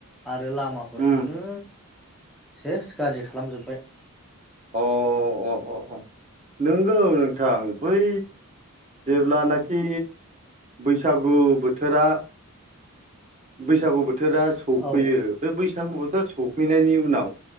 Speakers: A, in the centre; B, on the right.
A: आरो लामाफोरखौनो
B: उम
A: सेस गाज्रि खालाम जोब्बाय।
B: अ अ अ अ नोंगौ नोंथां बै जेब्लानाखि बैसागु बोथोरा बैसागु बोथोरा सौफैयो
A: औ
B: बे बैस सागु बोथोरा सफैनायनि उनाव